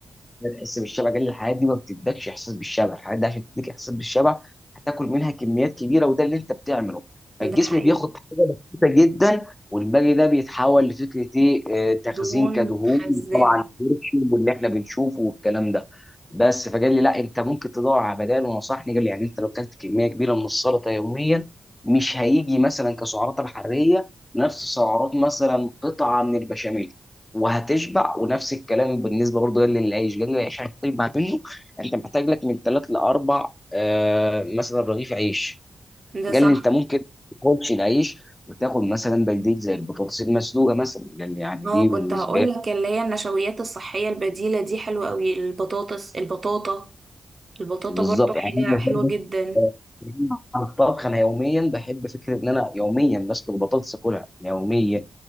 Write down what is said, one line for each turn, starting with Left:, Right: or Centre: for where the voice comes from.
Left: بتحس بالشبع قال لي الحاجات دي ما بتدكش احساس بالشبع الحاجات دي عشان تديك احساس بالشبع هتاكل منها كميات كبيره وده اللي انت بتعمله
Right: ده
Left: فالجسم
Right: حقيقي
Left: بياخد حاجه بسيطه جدا والباقي ده بيتحول لفكره ايه آه، تخزين
Right: دهون
Left: كدهون
Right: متخزنة
Left: وطبعا كالسيوم واللي احنا بنشوفه والكلام ده بس فقال لي لا انت ممكن تدور على بدائل ونصحني قال لي يعني انت لو اكلت كميه كبيره من السلطه يوميا مش هيجي مثلا كسعرات الحراريه نفس سعرات مثلا قطعه من البشاميل وهتشبع ونفس الكلام بالنسبه برضه جنجل العيش جنجل العيش عشان تشبع منه انت محتاج لك من ثلاث لاربع آه مثلا رغيف عيش
Right: ده صح
Left: قال لي انت ممكن ما تاكلش العيش وتاخد مثلا بلديه زي البطاطس المسلوقه مثلا لان يعني
Right: اه
Left: دي بالنسبه
Right: كنت هقول
Left: لي
Right: لك اللي هي النشويات الصحية البديلة دي حلوة قوي البطاطس البطاطا البطاطا
Left: بالظبط
Right: برضو حاجة
Left: يعني انا
Right: حلوة
Left: بحب-
Right: جدا
Left: آه، عن الطبخ انا يوميا بحب فكره ان انا يوميا بسلق بطاطس اكلها يوميا